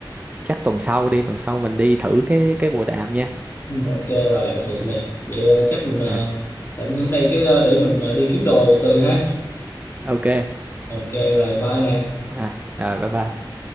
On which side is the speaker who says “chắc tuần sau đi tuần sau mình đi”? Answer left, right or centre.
Right